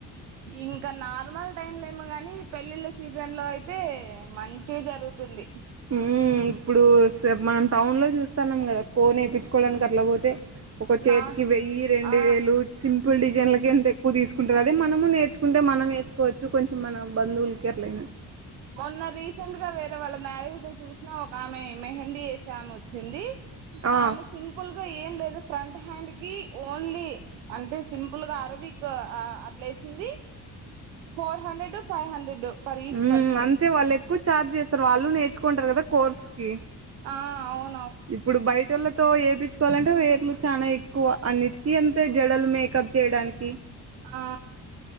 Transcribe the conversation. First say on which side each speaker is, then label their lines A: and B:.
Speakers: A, on the right; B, on the right.
A: ఇంకా నార్మల్ టైమ్లో ఏమో గాని పెళ్ళిళ్ళ సీజన్ లో అయితే మంచిగా జరుగుతుంది.
B: మ్మ్ ఇప్పుడు మనం టౌన్ లో చూస్తాన్నాం కదా కోన్ వేపిచ్చుకోవడానికి అట్లా పోతే ఒక చేతికి
A: నా
B: వెయ్యి రెండు
A: ఆ
B: వేలు సింపుల్ డిజైన్ల ఎంత ఎక్కువ తీసుకుంటారు అదే మనము నేర్చుకుంటే మనం వేసుకోవచ్చు కొంచెం మన బంధువులకి ఎట్లైనా
A: మొన్న రీసెంట్ గా వేరే వాళ్ళ మ్యారేజ్ కి చూసినా ఒక ఆమె మెహందీ ఏసే ఆమె వచ్చింది
B: ఆ
A: ఆమె సింపుల్ ఏం లేదు ఫ్రంట్ హ్యాండ్ కి ఓన్లీ అంటే సింపుల్ గా అరబిక్ అట్లా as the four hundred five hundred per each
B: హ్మ్అంతే
A: person
B: వాళ్ళు ఎక్కువ ఛార్జ్ చేస్తారు వాళ్ళు నేర్చుకుంటారు కదా కోర్స్ కి
A: ఆ అవు
B: ఇప్పుడు బయటోళ్ళతో ఏపిచ్చుకోవాలంటే వేర్లు చనా ఎక్కువ అన్నిటికీ అంతే జడలు మేకప్ చేయడానికి
A: ఆ